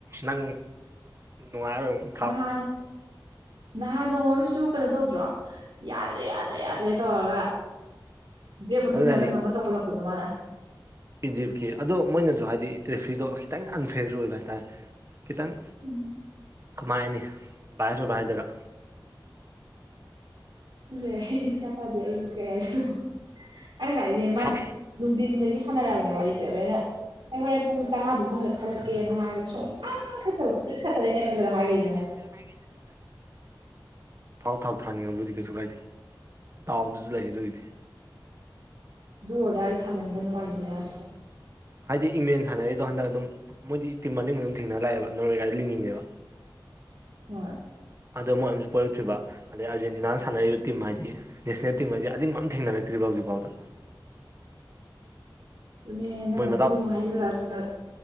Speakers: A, on the right; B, on the right.
A: ꯅꯪ ꯅꯨꯡꯉꯥꯏꯔꯣꯏ ꯑꯃꯨꯛ
B: ꯅꯍꯥꯟ ꯅꯍꯥꯟ ꯅꯣꯡꯃ ꯑꯃꯁꯨ ꯀꯩꯅꯣ ꯇꯧꯗ꯭ꯔꯣ ꯌꯥꯗ꯭ꯔꯦ ꯌꯥꯗ꯭ꯔꯦ ꯌꯥꯗ꯭ꯔꯦ ꯇꯧꯔꯒ ꯕ꯭ꯔꯦꯛ ꯃꯇꯨꯡꯗ
A: ꯑꯗꯨꯅ
B: ꯀꯩꯅꯣꯝꯃ ꯇꯧꯈꯠꯂꯛꯄꯗꯣ ꯃꯥꯅ
A: ꯏꯟꯖꯤꯞꯀꯤ ꯑꯗꯣ ꯃꯣꯏꯅꯁꯨ ꯍꯥꯏꯗꯤ ꯔꯦꯐ꯭ꯔꯤꯗꯣ ꯈꯤꯇꯪ ꯑꯟꯐꯦꯌꯔꯁꯨ ꯑꯣꯏꯕ ꯍꯥꯏꯇꯥꯔꯦ ꯈꯤꯇꯪ
B: ꯎꯝ
A: ꯀꯃꯥꯏ ꯍꯥꯏꯅꯤ ꯚꯥꯏ꯭ꯁ ꯑꯣꯏꯕ ꯍꯥꯏꯗꯣꯏꯔ
B: <inaudible> ꯈꯪꯗꯦ ꯑꯩ ꯁꯤ ꯒ꯭ꯌꯥꯟ ꯇꯥꯗꯦ ꯑꯩ <unintelligible> ꯃꯥ
A: ꯊꯥꯎ
B: ꯅꯨꯡꯊꯤꯟꯗꯒꯤ ꯁꯥꯟꯅꯔꯛꯑꯔꯕꯅꯦ ꯋꯥꯔꯤꯁꯦ ꯑꯗ ꯑꯩꯅ ꯑꯩ ꯍꯣꯔꯦꯟ ꯄꯨꯡ ꯇꯔꯥꯐꯥꯎ ꯃꯅꯨꯡꯗ ꯈꯜꯂꯛꯀꯦꯅ ꯍꯥꯏꯔꯒ ꯁꯨꯡ ꯈꯟ ꯈꯟꯗꯕ ꯍꯧꯖꯤꯛ ꯈꯛꯇꯅꯦ ꯑꯩꯅ ꯈꯜꯂꯒ ꯍꯥꯏꯔꯤꯁꯦ
A: <unintelligible> ꯊꯥꯎ ꯊꯥꯎ ꯊꯥꯅꯤꯡꯉꯕꯨꯗꯤ ꯀꯩꯁꯨ ꯀꯥꯏꯗꯦ ꯗꯥꯎꯗꯁꯨ ꯂꯩ ꯑꯗꯨꯒꯤꯗꯤ
B: ꯗꯨ ꯑꯣꯔ ꯗꯥꯏꯗ ꯊꯥꯖꯤꯟꯈ꯭ꯔꯦ ꯑꯗꯨꯝ ꯑꯥꯔꯖꯦꯟꯇꯤꯅꯥꯁꯦ
A: ꯍꯥꯏꯗꯤ ꯏꯪꯂꯦꯟ ꯁꯥꯟꯅꯔꯤꯗꯣ ꯍꯟꯗꯛ ꯑꯗꯨꯝ ꯃꯣꯏꯗꯤ ꯇꯤꯝ ꯑꯔꯤꯡꯕ ꯑꯗꯨꯝ ꯊꯦꯡꯅꯔ ꯂꯥꯛꯑꯦꯕ ꯅꯣꯔꯋꯦꯒꯥꯏꯗꯣ ꯂꯤꯡꯉꯤꯅꯦꯕ
B: ꯍꯣꯏ
A: ꯑꯗꯣ ꯃꯣꯏ ꯑꯝꯁꯨ ꯄ‌ꯣꯔꯛꯇ꯭ꯔꯤꯕ ꯑꯗꯩ ꯑꯥꯔꯦꯟꯇꯤꯅꯥꯅ ꯁꯥꯟꯅꯔꯤꯕ ꯇꯤꯝ ꯍꯥꯏꯗꯤ ꯅꯦꯁꯅꯦꯜ ꯇꯤꯝ ꯍꯥꯏꯁꯤꯗꯤ ꯑꯔꯤꯡꯕ ꯑꯝ ꯊꯦꯡꯅꯔꯛꯇ꯭ꯔꯤꯕ ꯍꯧꯖꯤꯛꯐꯥꯎꯗ
B: ꯑꯗꯨꯅꯦ ꯅꯪ
A: ꯃꯣꯏ
B: ꯑꯗꯨꯃꯨꯛ ꯍꯥꯏꯖꯤꯜꯂꯛꯄ